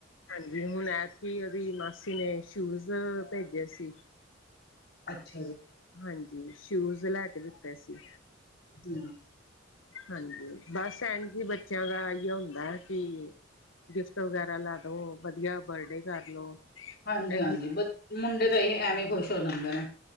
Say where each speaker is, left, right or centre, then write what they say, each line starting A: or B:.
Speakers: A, on the left; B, on the left.
A: ਹਾਂਜੀ। ਹੁਣ ਐਸੀ ਉਹਦੀ ਮਾਸੀ ਨੇ ਸ਼ੂਜ ਭੇਜੇ ਸੀ।
B: ਅੱਛਾ,
A: ਤੇ
B: ਜੀ।
A: ਹਾਂਜੀ ਸ਼ੂਜ ਲੈ ਕੇ ਦਿੱਤੇ ਸੀ।
B: ਹੂੰ।
A: ਹਾਂਜੀ ਬਸ ਐਨਜੀ ਬੱਚਿਆਂ ਦਾ ਇ ਹੁੰਦਾ ਕਿ। ਗਿਫਟ ਵਗੈਰਾ ਲੇਲੋ ਵਧੀਆ ਬਰਡੇ ਕਰ ਲੋ।
B: ਹਾਂਜੀ
A: ਇਹੀ
B: ਹਾਂਜੀ ਬਹੁਤ ਮੁੰਡੇ ਤਾਂ ਐਵੇਂ ਖੁਸ਼ ਹੋ ਜਾਂਦੇ ਨੇ।